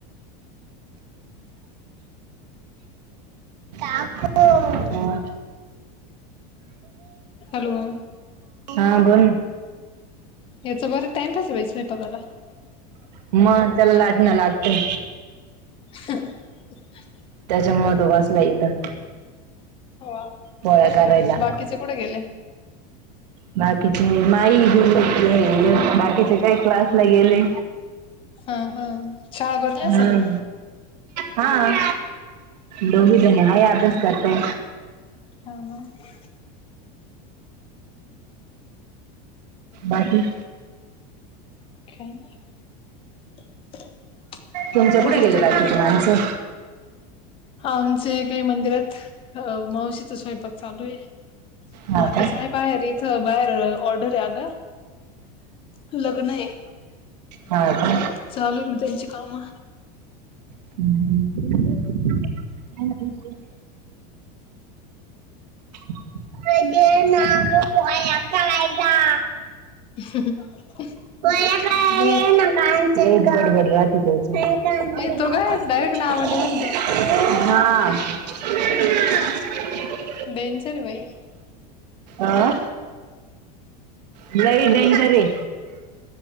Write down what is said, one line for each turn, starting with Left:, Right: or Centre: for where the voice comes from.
Right: काकू हं.
Left: हॅलो
Right: हा, बोल ना.
Left: याचं बरं टाइमपास व्हायच <unintelligible>
Right: मग त्याला लाट ना लागते.
Left: ह
Right: त्याच्यामुळ तो बासला इथं.
Left: हो,
Right: पोळ्या करायला
Left: बाकीचे कुठे गेले?
Right: बाकीचे <unintelligible> बाकीचे काही क्लासला गेले.
Left: हा हा, शाळा भरली
Right: हम्म.
Left: असेल ना?
Right: हा, दोघी बहिणी हाय अभ्यास करते.
Left: <unintelligible>
Right: बाकी?
Left: <unintelligible>
Right: तुमचे
Left: बोर
Right: कुठे
Left: होतंय
Right: गेले बाकीचे
Left: की लई
Right: माणसं?
Left: आमचे काही मंदिरात, मावशीचा स्वयंपाक चालू आहे,
Right: हा
Left: बाकीचे
Right: का
Left: आहे बाहेर इथं, बाहेर ऑर्डर आहे अग लग्न आहे.
Right: हा का
Left: चालू आहे मग त्यांची काम.
Right: <unintelligible> <unintelligible> <unintelligible>
Left: <unintelligible>
Right: <unintelligible>
Left: दे
Right: <unintelligible>
Left: ये तो काय डायरेक्ट नावाने म्हणतो
Right: <unintelligible>
Left: डेंजरे बाई.
Right: आं? लई डेंजर ए.